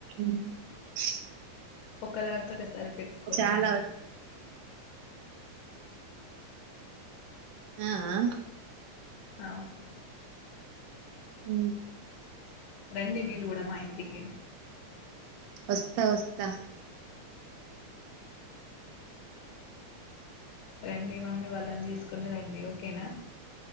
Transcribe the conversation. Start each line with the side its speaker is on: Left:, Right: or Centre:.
Right: <inaudible>
Left: ఒకదానితోటె సరి పెట్టుకోము
Right: చాలా
Left: మేము.
Right: ఆ ఆ
Left: అవును.
Right: మ్
Left: రండి మీరు గుడా మా ఇంటికి.
Right: వస్తా వస్తా.
Left: రండి మమ్మీ వాళ్ళని తీసుకుని రండి ఓకే నా.